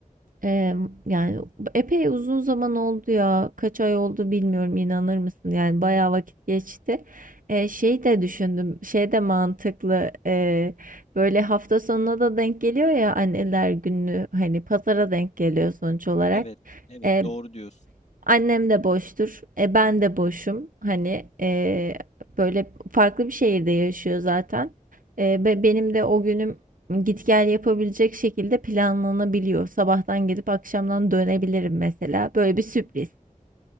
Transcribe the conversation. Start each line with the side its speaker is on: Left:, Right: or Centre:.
Right: Eee, yani epey uzun zaman oldu ya. Kaç ay oldu bilmiyorum inanır mısın? Yani bayağı vakit geçti. Eee, şey de düşündüm. Şey de mantıklı. Eee, böyle hafta sonuna da denk geliyor ya anneler günü. Hani pazara denk geliyor sonuç olarak.
Left: Evet, evet
Right: Ee,
Left: doğru diyorsun.
Right: Annem de boştur. E ben de boşum. Hani e, böyle farklı bir şehirde yaşıyor zaten. E, be- benim de o günüm git gel yapabilecek şekilde planlanabiliyor. Sabahtan gidip akşamdan dönebilirim
Left: Hı
Right: mesela. Böyle bir sürpriz.
Left: hı hı.